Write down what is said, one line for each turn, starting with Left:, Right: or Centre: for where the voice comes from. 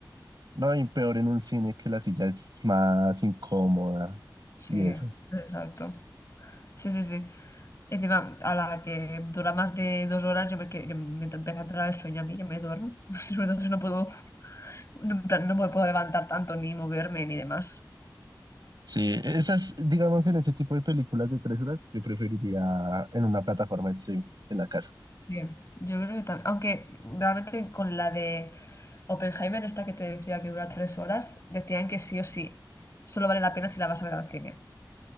Right: No, y peor en un cine que la silla es más incómoda
Left: Sí,
Right: y eso.
Left: exacto. Sí, sí, sí. Encima, a la que dura más de dos horas, yo me, que- yo me empieza a entrar el sueño a mí, yo me duermo. <laughs> Sobre todo si no puedo, no, en plan, no me puedo levantar tanto, ni moverme, ni demás.
Right: Sí, esas, digamos, en ese tipo de películas de tres horas, yo preferiría en una plataforma de stream en la casa.
Left: Sí, yo creo que también. Aunque realmente con la de Oppenheimer, esta que te decía que dura tres horas, decían que sí o sí, solo vale la pena si la vas a ver al cine.